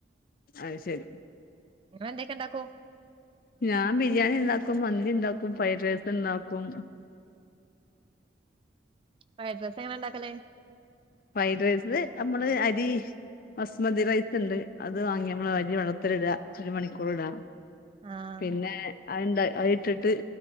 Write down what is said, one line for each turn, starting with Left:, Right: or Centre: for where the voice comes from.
Left: അത് ശരി
Right: ഇങ്ങള് എന്തൊക്കെ ഉണ്ടാക്കൂ
Left: ഞാൻ ബിരിയാണി ഇണ്ടാക്കും മന്തി ഇണ്ടാക്കും ഫ്രൈഡ് റൈസ് ഇണ്ടാക്കും
Right: ഫ്രൈഡ് റൈസ് എങ്ങനെ ഇണ്ടാക്കല്
Left: ഫ്രൈഡ് റൈസ് നമ്മള് അരി ബസ്മതി റൈസ്ണ്ട് അത് വാങ്ങിയ നമ്മള് അരി വെള്ളത്തിലിടാ ഒരു മണിക്കൂർ ഇടാ
Right: ആഹ്
Left: പിന്നെ അതിണ്ട് അത് ഇട്ടിട്ട്